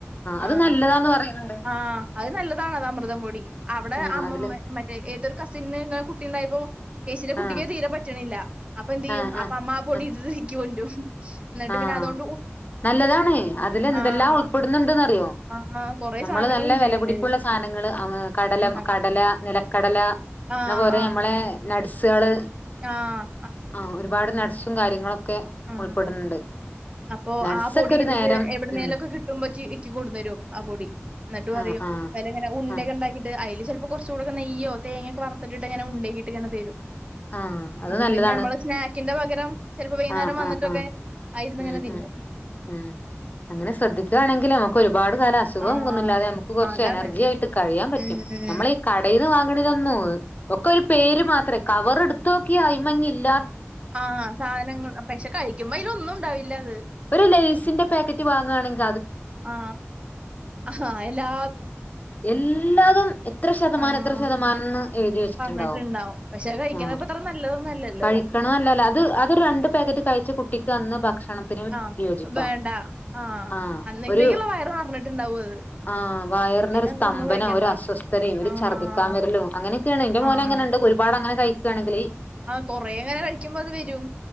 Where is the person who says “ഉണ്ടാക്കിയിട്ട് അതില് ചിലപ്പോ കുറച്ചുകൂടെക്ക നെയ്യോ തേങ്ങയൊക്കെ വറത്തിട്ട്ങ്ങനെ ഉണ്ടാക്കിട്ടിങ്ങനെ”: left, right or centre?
Right